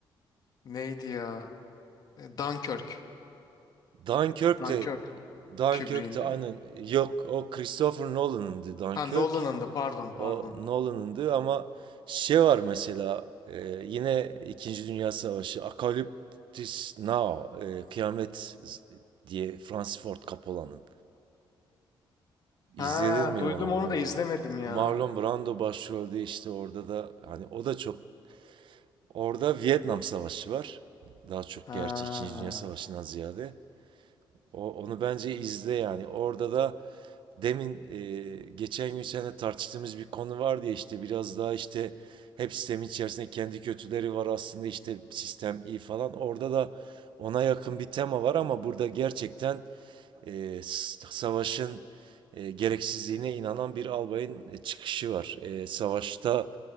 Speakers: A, on the left; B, on the right.
A: Neydi ya? E, Dunkirk.
B: Dunkirk
A: Dunkirk.
B: de Dunkirk
A: Kubrick'in
B: de
A: değil
B: aynen
A: mi?
B: yok o Christopher Nolan'ındı Dunkirk.
A: Ha Nolan'ın da pardon pardon.
B: O Nolan'ındı ama şey var mesela e, yine İkinci Dünya Savaşı Apocalypse Now e, Kıyamet diye Francis Ford Coppola'nın. İzledin
A: Ha
B: mi
A: duydum
B: onu? O
A: onu da izlemedim ya.
B: Marlon Brando başrolde işte orada da hani o da çok Orada Vietnam Savaşı var. Daha çok
A: Ha,
B: gerçi İkinci Dünya Savaşı'ndan ziyade. O, onu bence izle yani. Orada da demin e, geçen gün seninle tartıştığımız bir konu var diye işte biraz daha işte hep sistemin içerisinde kendi kötüleri var aslında işte sistem iyi falan. Orada da ona yakın bir tema var ama burada gerçekten e, s- savaşın e, gereksizliğine inanan bir albayın e, çıkışı var. E, savaşta